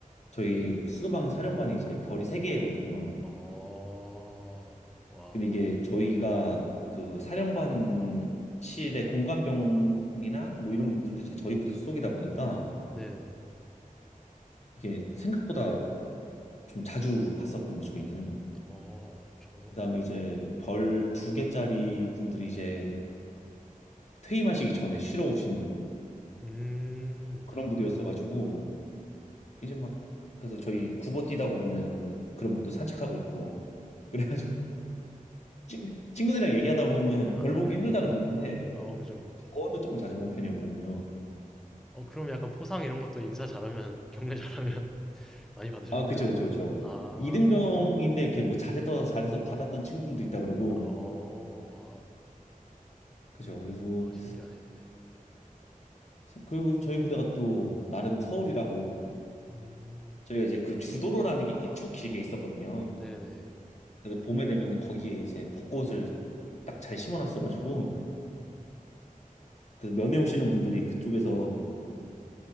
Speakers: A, on the left; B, in the centre.
A: 저희 수도방 사령관이 이제 별이 세 개거든요.
B: 어. 와우.
A: 근데 이게 저희가
B: 네.
A: 그 사령관실의 공관병이나 뭐 이런 분들도 이제 저희 부대 소속이다 보니까
B: 네네.
A: 이게 생각보다 좀 자주 봤었거든요, 저희는.
B: 어. 저
A: 그다음에 이제 별 두 개짜리 분들이 이제 퇴임하시기 전에 쉬러 오시는
B: 음.
A: 그런
B: 아.
A: 부대였어가지고 이제 막 그래서 저희 구보 뛰다 보면은 그런 분들 산책하고 있고 그래가지고 친- 친구들이랑 얘기하다 보면은
B: 아
A: 별 보기
B: 네.
A: 힘들다 그러는데
B: 어 그죠.
A: 그거는 조금 자주 본 편이었거든요.
B: 어 그럼 약간 포상 이런 것도 인사 잘하면 경례 잘하면 <laughs> 많이 받으셨나요?
A: 아, 그쵸, 그쵸, 그쵸.
B: 아.
A: 이등병인데
B: 네
A: 이렇게 뭐 잘해서 잘해서 받았던
B: 네.
A: 친구들도 있다 그러고,
B: 어
A: 그쵸. 그리고
B: 와우. 아 신기하네요. 네.
A: 그리고 저희 부대가 또 나름 서울이라고
B: 음.
A: 저희가 이제 그 주도로라는 게 이렇게 쭉 길게 있었거든요.
B: 네네.
A: 그래서 봄에 되면 거기에 이제 벚꽃을 딱 잘 심어놨어가지고,
B: 음.
A: 그래서 면회 오시는 분들이 그쪽에서 그